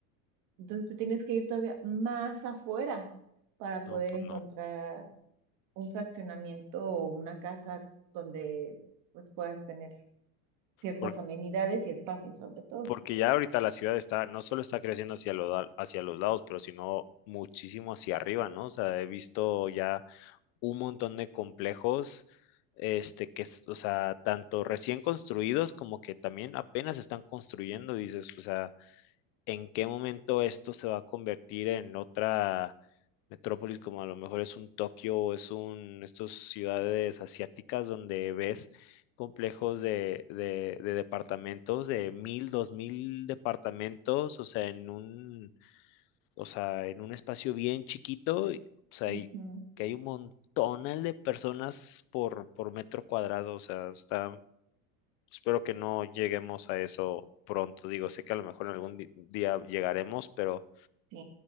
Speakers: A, on the right; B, on the left.
A: Entonces te tienes que ir todavía más afuera para
B: No,
A: poder
B: pues
A: encontrar
B: no.
A: un fraccionamiento o una casa donde pues puedas tener ciertas
B: Por-
A: amenidades y espacios sobre todo.
B: porque ya ahorita la ciudad está, no solo está creciendo hacia los, la- hacia los lados, pero sino muchísimo hacia arriba, ¿no? O sea, he visto ya un montón de complejos, este, que, es- o sea, tanto recién construidos como que también apenas están construyendo, dices, o sea, en qué momento esto se va a convertir en otra metrópolis, como a lo mejor es un Tokio o es un, estas ciudades asiáticas donde ves complejos de, de, de departamentos, de mil, dos mil departamentos, o sea, en un, o sea, en un espacio bien chiquito, y- o sea,
A: Ujú,
B: y que hay un montón de personas por, por metro cuadrado, o sea, está Espero que no lleguemos a eso pronto. Digo, sé que a lo mejor en algún di- día llegaremos, pero
A: Sí,